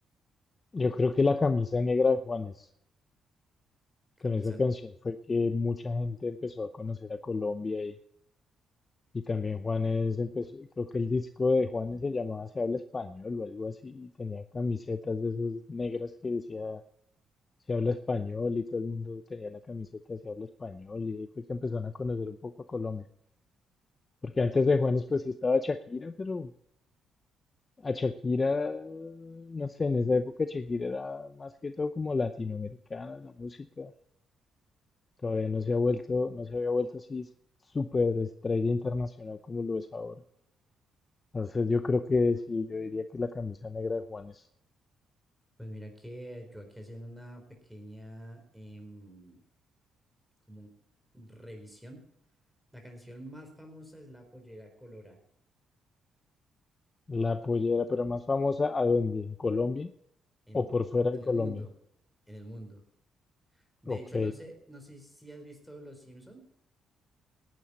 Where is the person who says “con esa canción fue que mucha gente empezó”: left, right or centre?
Left